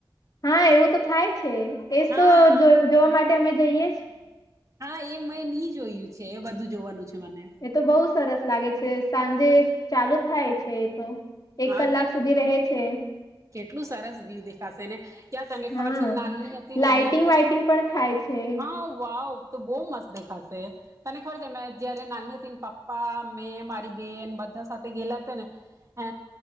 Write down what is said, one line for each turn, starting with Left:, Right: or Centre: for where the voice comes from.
Left: હા એવું તો થાય છે. એજ
Right: હા
Left: તો જો જોવા માટે અમે જઈએ છે.
Right: હા એ મેં ની જોયું છે એ બધું જોવાનું છે મને
Left: એ તો બહુ સરસ લાગે છે. સાંજે ચાલુ થાય છે. તો એક
Right: હા
Left: કલાક
Right: કે
Left: સુધી રહે છે.
Right: કેટલું સરસ વ્યુ દેખાશે ને ક્યાં તને
Left: હા
Right: ખબર છે નાલી હતી
Left: લાાઈટિંગ
Right: ને મેં
Left: વાઈટિંગ પણ થાય છે
Right: હા વાવ તો બો મસ્ત દેખાશે તને ખબર છે મે જયારે નાલી હતી પપ્પા મેં મારી બેન બધા સાથે ગેલા હતા ને એ